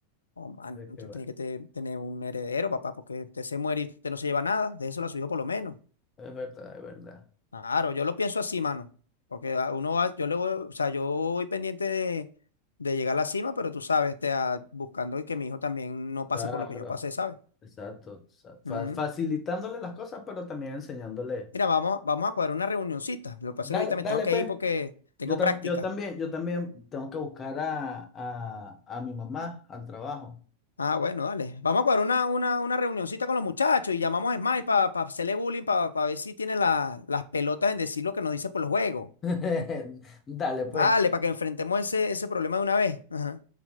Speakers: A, on the left (about 75°); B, on the left (about 25°).
A: Oh, man,
B: de
A: usted
B: que, bueno,
A: tiene que te- tener un heredero, papá, porque usted se muere y usted no se lleva nada. De eso a su hijo por lo menos.
B: es verdad, es verdad.
A: Claro, yo lo pienso así, mano. Porque a uno va, yo le voy, o sea, yo voy pendiente de, de llegar a la cima, pero tú sabes, este, ah, buscando que mi hijo también no pase
B: Claro,
A: por lo que yo pasé, ¿sabes?
B: exacto. sa- fa-
A: Ujú.
B: facilitándole las cosas, pero también enseñándole.
A: Mira, vamos, vamos a cuadrar una reunioncita. Lo que pasa
B: Dale,
A: es que ahorita me
B: dale,
A: tengo que
B: pues.
A: ir porque tengo
B: Yo, tam-
A: práctica.
B: yo también, yo también tengo que buscar a, a, a mi mamá al trabajo.
A: Ah, bueno, dale. Vamos a cuadrar una, una, una reunioncita con los muchachos y llamamos a Smile para hacerle bullying, para ver si tiene la- las pelotas en decir lo que nos dice por los juegos.
B: <laughs> Dale, pues.
A: Dale, para que enfrentemos ese, ese problema de una vez. Ajá.